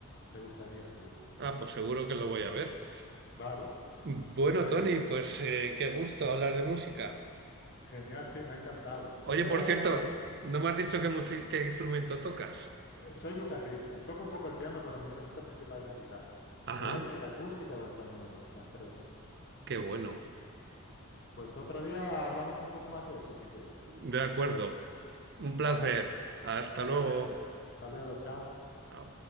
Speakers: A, on the left; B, on the right.
A: Te gustaría, seguro.
B: Ah, pues seguro que lo voy a ver.
A: Vale,
B: Bueno,
A: pues
B: Tony, pues eh, qué gusto hablar de música.
A: genial, sí, me ha encantado.
B: Oye,
A: Otro
B: por
A: día
B: cierto,
A: hablamos de... fi-
B: no me has dicho qué, musi- qué instrumento tocas.
A: Soy guitarrista, toco un poco el piano, pero mi instrumento principal es la guitarra.
B: Ajá,
A: Eléctrica, acústica o española, las tres.
B: qué bueno.
A: Pues otro día hablamos un poco más de eso, si quieres.
B: De acuerdo. Un
A: Vale.
B: placer. Hasta
A: Igualmente.
B: luego.
A: Hasta luego. Chao.
B: Chao.